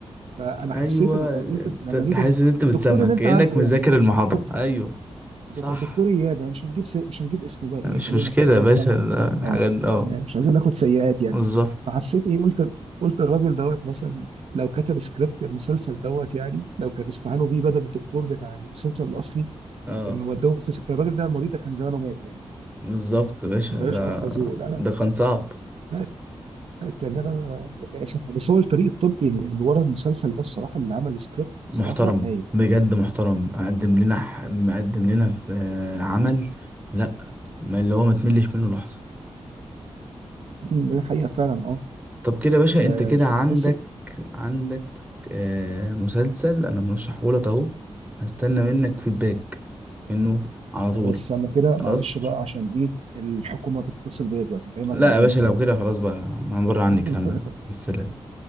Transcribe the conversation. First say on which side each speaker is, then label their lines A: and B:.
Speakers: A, on the right; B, on the right.
A: فأنا
B: ايوه
A: حسيت أنا قلت
B: انت
A: لما
B: أنت
A: جيت
B: حاسس
A: الد-
B: ان انت بتسمع
A: الدكتور اللي
B: كأنك
A: أنت عارفه
B: مذاكر
A: ده
B: المحاضرة
A: دكتور
B: ايوه
A: بالظبط
B: صح
A: الدكتور اياد أنا مش هنجيب س... مش هنجيب اسمه بقى ايه
B: مش
A: خلينا
B: مشكلة
A: كده
B: يا
A: ايه
B: باشا
A: فعلا
B: ال- الحاجات
A: فعلا اه
B: دي اه
A: يعني مش عايزين ناخد سيئات يعني
B: بالظبط
A: فحسيت ايه قلت قلت الراجل دوت مثلا لو كتب سكريبت المسلسل دوت يعني لو كان استعانوا بيه بدل الدكتور بتاع المسلسل الاصلي
B: اه
A: كان ودوه في كان الراجل ده المريض ده كان زمانه مات يعني
B: بالظبط يا باشا
A: ما كانوش
B: ده
A: انقذوه لا لا
B: ده كان صعب
A: لا لا التاني ده أنا- أنا ربنا يسامحه بس هو الفريق الطبي اللي اللي ورا المسلسل ده بصراحه اللي عمل السكريبت
B: محترم
A: بصراحه هايل
B: بجد محترم مقدم لنا ح- مقدم لنا في آه، عمل لا ما اللي هو ما تملش منه لحظة
A: أمم، ده حقيقه فعلا اه
B: طب كده يا باشا
A: لا،
B: انت كده
A: فبتحس
B: عندك عندك آه مسلسل انا مرشحه لك اهو هستنى منك فيدباك منه على
A: استنى
B: طول
A: بس استنى كده معلش
B: خلاص
A: بقى عشان ايه الحكومة بتتصل بيا دلوقتي هكلمك
B: لا
A: بعدين
B: يا باشا
A: يلا
B: لو كده خلاص بقى انا بره عني الكلام
A: <laughs>
B: ده على السلامة